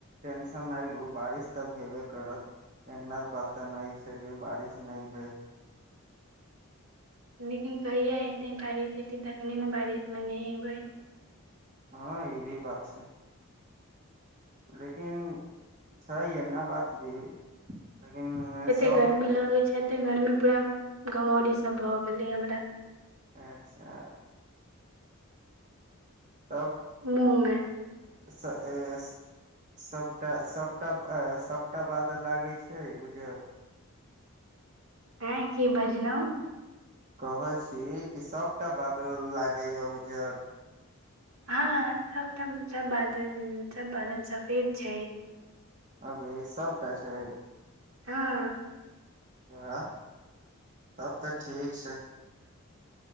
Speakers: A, on the right; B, on the right.
A: टेंशन नहि लू बारिश तऽ हेबे करत ऐना बाते नहि छै जे बारिश नहि भेल
B: लेकिन कहिया एतै बारिश एतै तखने ने बारिश मे नह‌एबै
A: हँ ई भी बात छै लेकिन छै एना बात भी लेकिन
B: कते
A: सबटा
B: गर्मी लगै छै एते गर्मी पूरा घमौरी सब भऽ गेलै हमरा
A: अच्छा तब
B: मुह में
A: स एस सबटा सबटा सभटा बाद लागै छै उजर
B: हँ की बाजलइ
A: कहै छी कि सबटा बादल लागैए उज्जर
B: हँ सब सब बादल सब बादल सफेद छय
A: अभी सबटा छय
B: हँ
A: हाँ तब तऽ ठीक छै